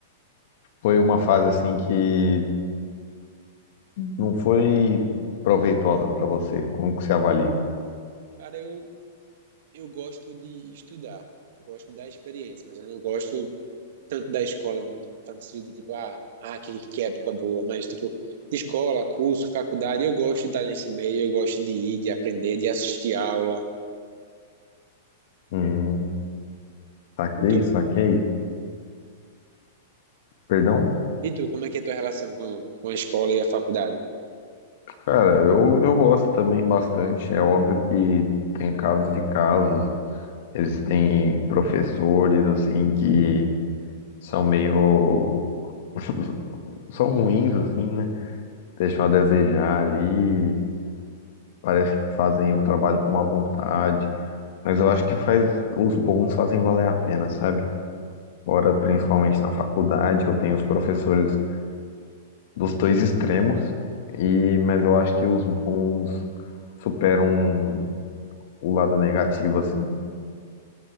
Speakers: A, on the left; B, on the right.
A: foi uma fase assim que não foi proveitosa pra você? Como que você avalia?
B: Cara, eu, eu gosto de estudar. Eu gosto da experiência, mas eu não gosto tanto da escola, no sentido de tipo, ah, ah, que, que época boa. Mas, tipo, de escola, curso, faculdade, eu gosto de estar nesse meio, eu gosto de ir, de aprender, de assistir aula.
A: Hum, saquei,
B: E tu?
A: saquei. Perdão?
B: E tu, como é que é a tua relação com, com a escola e a faculdade?
A: Cara, eu, eu gosto também bastante. É óbvio que tem casos e casos. Existem professores assim que são meio. <laughs> são ruins, assim, né? Deixam a desejar ali, parece que fazem o trabalho com má vontade, mas eu acho que faz os bons fazem valer a pena, sabe? Ora, principalmente na faculdade, eu tenho os professores dos dois extremos, e mas eu acho que os bons superam o lado negativo, assim.